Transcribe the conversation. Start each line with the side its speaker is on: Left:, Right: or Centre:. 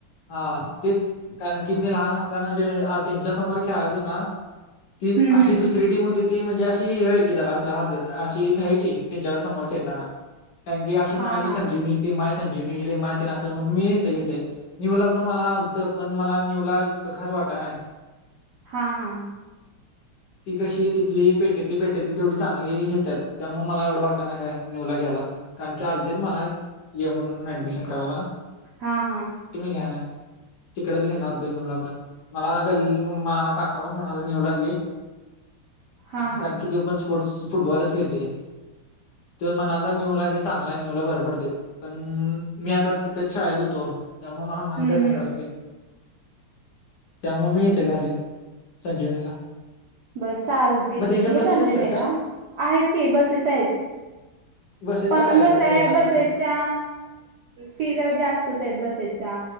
Left: हा तेच कारण की मी लहान असताना जे त्यांच्या समोर खेळायजो ना ती
Right: हम्म
Left: अशी
Right: हम्म
Left: दुसरी टीम होती ती म्हणजे अशी हेवा्हाय ची जरा हद अशी भ्यायची त्यांच्यावर समोर खेळताना कारण की अशी
Right: हा
Left: म्हणायची
Right: हा
Left: संजीवनी टी मा आहे संजीवनी माय ना असं म्हणून मी न घेतले न्यू ला पण मला आलत पण मला न्यू ला इतकं खास वाटण
Right: हा हा
Left: ती कशी तिथली पेटेतली पेटेतली तेवढी चांगली घेतात त्यामुळे मला एवढं वाटत नाही काय न्यूला घ्यायला कारण की आलते मला यएम म्हणून ऍडमिशन करायला
Right: हा हा
Left: ना तिकडेच घेणार होतो नूला पण मला गल्ली मा काका पण होणार नूलाच घे
Right: हा हा
Left: कारण की त पण स्पोर्ट्स फुटबॉलच खेळते त म्हणाला न्यू लागे चांगला न्यू ला बर पडते पण मी आता तिथेच शाळेत होतो त्यामुळे मला माहती
Right: हम्म
Left: आहे का
Right: हम्म
Left: सस् की त्यामुळे मी इथे घ्याले संजीवनीला
Right: बस चाल ते
Left: मग
Right: की
Left: त्यांच्या
Right: घे
Left: बसेस
Right: चालतय संजीवनी
Left: असतात का
Right: ल आहेत की बसेच आहेत
Left: बसेसचा
Right: पण
Left: काय
Right: कस आहे
Left: रेट असला
Right: बसेच्या
Left: तर
Right: फी जरा जास्तच आहेत बसेच्या